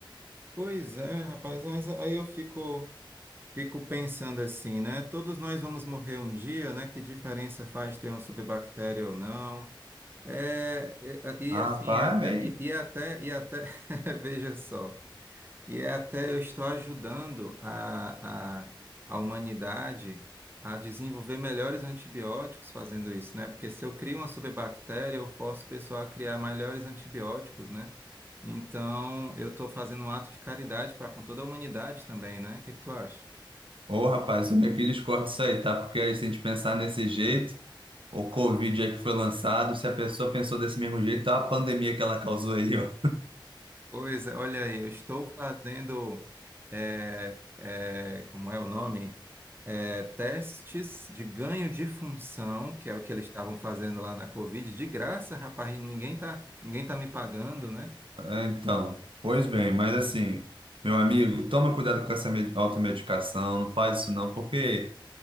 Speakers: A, on the right (about 25°); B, on the right (about 80°).
A: Pois é, rapaz, mas aí eu fico, fico pensando assim, né, todos nós vamos morrer um dia, né, que diferença faz ter uma superbactéria ou não? É, e,
B: Ah,
A: e, assim,
B: rapaz,
A: é até,
B: é meio...
A: e, e é até, e é até, <laughs> veja só, e é até eu estou ajudando a, a, a humanidade a desenvolver melhores antibióticos fazendo isso, né? Porque se eu crio uma superbactéria, eu forço o pessoal a criar melhores antibióticos, né? Então, eu estou fazendo um ato de caridade para com toda a humanidade também, né? O que que tu acha?
B: Ô, rapaz, eu meio que discordo disso aí, tá? Porque aí, se a gente pensar nesse jeito, o Covid aí que foi lançado, se a pessoa pensou desse mesmo jeito, tá a pandemia que ela causou aí, ó.
A: Pois é, olha aí, eu estou fazendo, é, é, como é o nome? É, testes de ganho de função, que é o que eles estavam fazendo lá na Covid, de graça, rapaz, e ninguém tá, ninguém tá me pagando, né?
B: É, Então, pois bem, mas assim, meu amigo, toma cuidado com essa med- automedicação, não faz isso não, porque